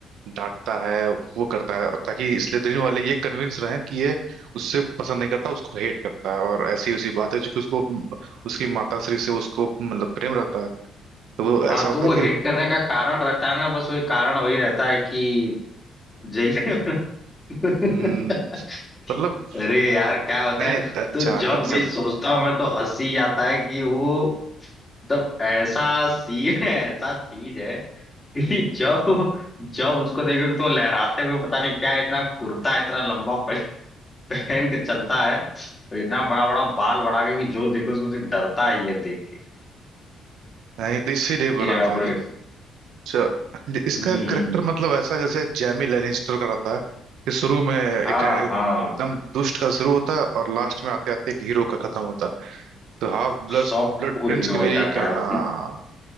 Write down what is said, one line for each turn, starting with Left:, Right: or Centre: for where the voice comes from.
Right: डांटता है वो करता है ताकि स्लिदरिन वाले ये कन्विंस रहें कि ये उससे पसंद नहीं करता उसको हेट करता है और ऐसी उसी बात है क्योंकि उसको उसकी माता श्री से उसको मतलब प्रेम रहता है तो वो
Left: हाँ
Right: ऐसा होता
Left: तो वो
Right: है
Left: हेट
Right: कि
Left: करने का कारण रहता है ना बस वही कारण वही रहता है कि जो है कि अपना <laughs>
Right: हम्म, मतलब
Left: अरे यार क्या होता
Right: नहीं
Left: है
Right: नहीं अच्छा
Left: तो जब
Right: कंसेप्ट
Left: भी सोचता हूँ मैं तो हंसी आता है कि वो मतलब ऐसा सीन है ऐसा चीज है कि जब जब उसको देखो तो लहराते हुए पता नहीं क्या इतना कुर्ता इतना लंबा पह- पहन के चलता है और इतना बड़ा बड़ा बाल बढ़ा के कि जो देखो उसको सिर्फ डरता ही है देख के
Right: नहीं तो इसीलिए
Left: कि
Right: बना
Left: रे बाप
Right: था
Left: रे
Right: अच्छा, इसका
Left: हम्म
Right: करेक्टर मतलब ऐसा जैसे जैमी लेनिस्टर का रहता है कि शुरू में एक
Left: हाँ
Right: एकदम
Left: हाँ
Right: दुष्ट का शुरू होता है और लास्ट में आते आते एक हीरो का खत्म होता है तो हाफ ब्लड
Left: सॉफ्ट
Right: ब्लड
Left: कोर
Right: प्रिंस
Left: हीरो
Right: की भी
Left: बन
Right: यही
Left: जाता
Right: का-
Left: है वो
Right: हाँ